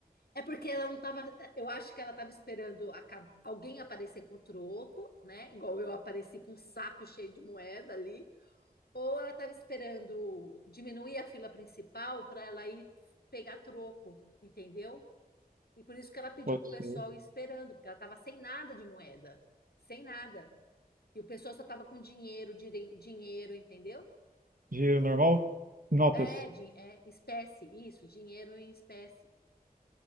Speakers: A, on the left; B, on the right.
A: É porque ela não tava. Eu acho que ela tava esperando aca- alguém aparecer com troco, né? Igual eu apareci com um saco cheio de moeda ali. Ou ela tava esperando diminuir a fila principal para ela ir pegar troco, entendeu? E por isso que ela pediu
B: Pode
A: pro
B: ser.
A: pessoal ir esperando, porque ela tava sem nada de moeda, sem nada. E o pessoal só tava com dinheiro, dire- dinheiro, entendeu?
B: Dinheiro normal? Notas.
A: É, di- é espécie, isso, dinheiro em espécie.